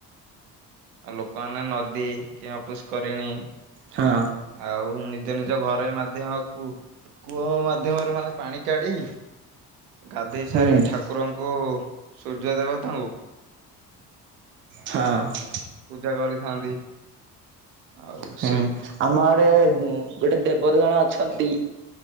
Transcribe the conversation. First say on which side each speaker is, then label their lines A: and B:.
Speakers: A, on the right (about 65°); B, on the right (about 25°).
A: ଆଉ ଲୋକମାନେ ନଦୀ କିବା ପୁଷ୍କରିଣୀ
B: ହଁ
A: ଆଉ ନିଜ ନିଜ ଘରେ ମାଧ୍ୟମ କୁ କୂଅ ମାଧ୍ୟମରେ ମାନେ ପାଣି କାଢି ଗାଧୋଇ ସାରି
B: ହୁଁ
A: ଠାକୁରଙ୍କୁ ସୂର୍ଯ୍ୟ ଦେବତାଙ୍କୁ
B: ହଁ।
A: ପୂଜା କରିଥାନ୍ତି। ଆଉ
B: ହୁଁ
A: ସେ
B: ଆମ ଆଡେ ଗୋଟେ ଦେବତ ଜଣେ ଅଛନ୍ତି।